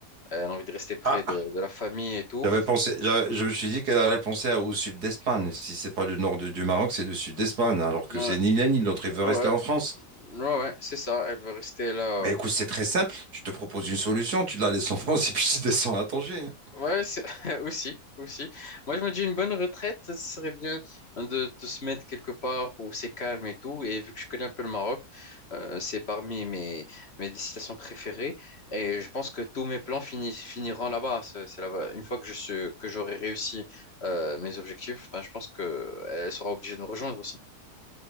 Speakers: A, on the left; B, on the right.
A: Elle a envie de rester près
B: Ah,
A: de, de la famille et tout.
B: j'avais pensé, j'a- je me suis dit qu'elle allait penser à- au sud d'Espagne. Si c'est pas le nord de- du Maroc, c'est le sud d'Espagne, alors que
A: Ouais.
B: c'est ni l'un ni l'autre. Il veut rester
A: Ouais,
B: en France.
A: ouais, ouais, c'est ça, elle veut rester là.
B: Ben écoute, c'est très simple. Je te propose une solution. Tu la laisses en France et puis tu descends à Tanger.
A: Ouais, c'est- <laughs> aussi, aussi. Moi, je me dis une bonne retraite, ce serait bien de, de se mettre quelque part où c'est calme et tout. Et vu que je connais un peu le Maroc, euh, c'est parmi mes, mes destinations préférées. Et je pense que tous mes plans finis- finiront là-bas. C'est c'est là-bas. Une fois que je suis- que j'aurai réussi euh, mes objectifs, ben, je pense qu'elle sera obligée de nous rejoindre aussi.